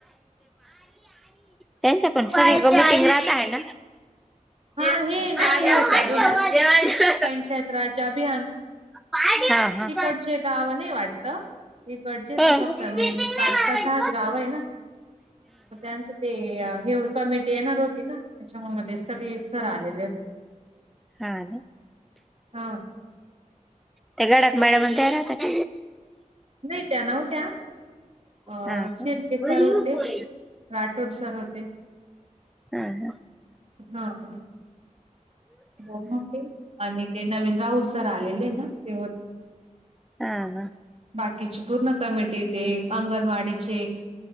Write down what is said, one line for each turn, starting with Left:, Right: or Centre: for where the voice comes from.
Centre: त्यांच्या पण सगळीकडं
Right: बाकी
Centre: मीटिंग राहत आहे ना.
Right: हा
Centre: जे
Right: हे ना
Centre: माझ्या
Right: ह्य
Centre: हातावर-
Right: चालूहाय ना
Centre: जे माझ्या
Right: पंचायत राज्य अभियान.
Centre: हां हां.
Right: तिकडचे गाव नाही वाटतं. तिकडचेच
Centre: हा. हम्
Right: फक्त
Centre: हम्.
Right: मेन
Centre: हा
Right: पाच
Centre: हा
Right: का सहाच गाव आहे ना. मग त्यांचं ते हे कमिटी येणार होती ना त्याच्यामुळे मग ते सगळे सर आलेले
Centre: हा आलं.
Right: हां.
Centre: त्या गडात मॅडम आणि त्या राहतात.
Right: नाही त्या नव्हत्या अ
Centre: हा
Right: शिर्के
Centre: काय.
Right: सर होते राठोड सर होते.
Centre: हा हा
Right: हां. दोन होते आणि ते नवीन राऊत सर आलेले ना ते होते.
Centre: हा हा.
Right: बाकीची पूर्ण कमिटी टीम अंगणवाडीची